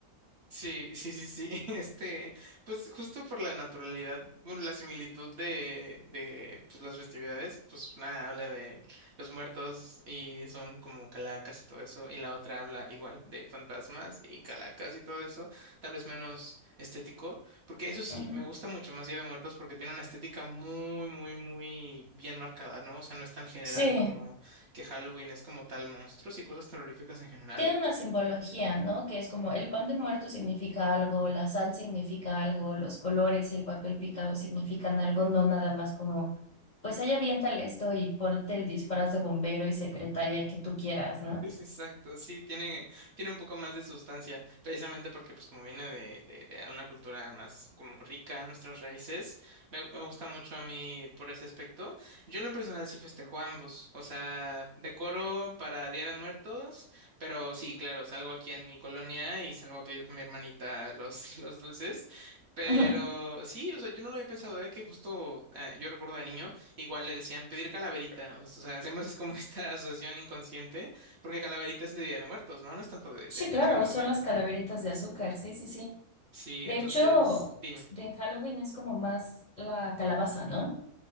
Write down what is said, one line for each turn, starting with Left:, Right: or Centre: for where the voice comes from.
Right: Sí, sí, sí, sí. <laughs> Este, pues justo por la naturalidad, bueno, la similitud de, de pues, las festividades, pues una habla de los muertos y son como calacas y todo eso, y la otra habla igual de fantasmas y calacas y todo eso, tal vez menos estético, porque eso sí,
Left: Ujú.
Right: me gusta mucho más Día de Muertos porque tiene una estética muy, muy, muy bien marcada, ¿no? O sea, no es tan general
Left: Sí,
Right: como que Halloween es como tal monstruos y cosas terroríficas en general
Left: tiene una simbología, ¿no? Que es como el pan de muerto significa algo, la sal significa algo, los colores y el papel picado significan algo, no nada más como, pues ahí aviéntale esto y ponte el disfraz de bombero y secretaria que tú quieras,
Right: <laughs>
Left: ¿no?
Right: Es Exacto, sí, tiene, tiene un poco más de sustancia, precisamente porque pues como viene de, de, de una cultura más como rica, nuestras raíces, me, me gusta mucho a mí por ese aspecto. Yo en lo personal sí festejo ambos, o sea, decoro para Día de Muertos, pero sí, claro, salgo aquí en mi colonia y salgo a pedir con mi hermanita los, <laughs> los dulces. Pero
Left: <laughs> Ujú.
Right: sí, o sea, yo no lo había pensado, ¿eh? Que justo ah, yo recuerdo de niño, igual le decían pedir calaverita, o sea, hacemos <laughs> es como esta asociación inconsciente porque Calaverita es de Día de Muertos, ¿no? No es tanto de,
Left: Sí,
Right: de- de
Left: claro,
Right: Halloween.
Left: son las calaveritas de azúcar, sí, sí, sí.
Right: Sí,
Left: De
Right: entonces,
Left: hecho,
Right: dime.
Left: pues, en Halloween es como más la calabaza, ¿no?